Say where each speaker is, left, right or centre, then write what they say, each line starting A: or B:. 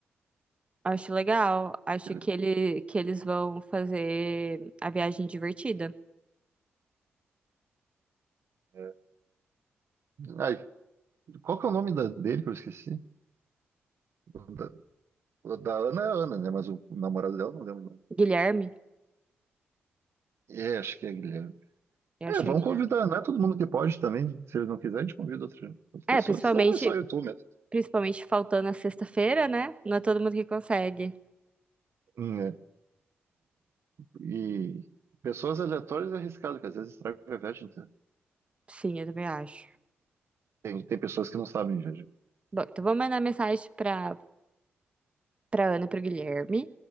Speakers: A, on the right; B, on the right.
A: Acho legal. Acho
B: Ele-
A: que ele que eles vão fazer a viagem divertida.
B: é. Ai, qual que é o nome da- dele que eu esqueci? O da, o da Ana é Ana, né? Mas o, o namorado dela eu não lembro. o nome.
A: Guilherme,
B: É, acho que é Guilherme.
A: eu
B: É,
A: acho
B: vamos
A: que é Guilherme.
B: convidar, não é todo mundo que pode também. Se ele não quiser, a gente convida outra, outra
A: É,
B: pessoa,
A: principalmente,
B: senão vai só eu e tu mesmo.
A: principalmente faltando a sexta-feira, né? Não é todo mundo que consegue.
B: Hum, É. E pessoas aleatórias é arriscado, que às vezes estraga a viagem inteira.
A: Sim, eu também acho.
B: Tem, tem pessoas que não sabem, viajar.
A: Bom, então vou mandar mensagem pra para Ana e pro Guilherme